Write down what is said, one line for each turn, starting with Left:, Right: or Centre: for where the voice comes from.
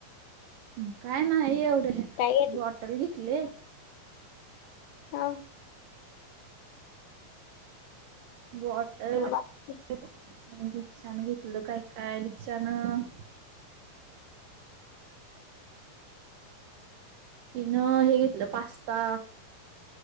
Right: हं काय न्हाई एवढं,
Left: काय घेतलं
Right: बॉटल घेतली
Left: हाव.
Right: बॉटल,
Left: मग बाकी
Right: दिक्षानं घेतलं काय काय, दिक्षानं तीनं हे घेतलं पास्ता